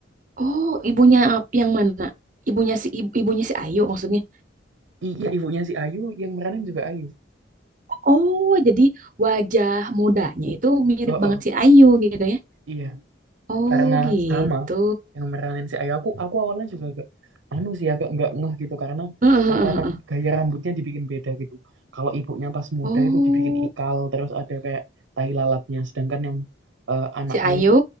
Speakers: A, on the right; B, on the right.
A: Oh, ibunya ap- yang mana? Ibunya si ibu- ibunya si Ayu maksudnya.
B: I- iya ibunya si Ayu yang meranin juga Ayu
A: Oh, jadi wajah mudanya itu mirip
B: Heeh,
A: banget si Ayu gitu ya.
B: iya
A: Oh
B: karena
A: gitu.
B: sama yang meranin si Ayu aku aku awalnya juga agak anu sih agak nggak ngeh gitu karena
A: Heeh,
B: tatanan
A: heeh, heeh.
B: gaya rambutnya dibikin beda gitu kalau ibunya pas muda
A: Oh,
B: itu dibikin ikal terus ada kayak tai lalatnya sedangkan yang eh, anaknya
A: si Ayu.
B: itu